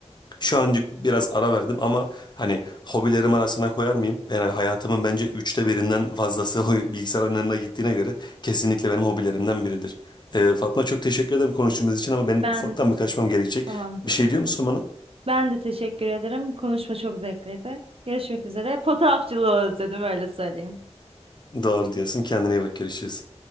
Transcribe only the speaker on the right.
Ben
de teşekkür
Tamam.
Ben de teşekkür ederim. Konuşma çok zevkliydi. Görüşmek üzere. Fotoğrafçılığı özledim öyle söyleyeyim.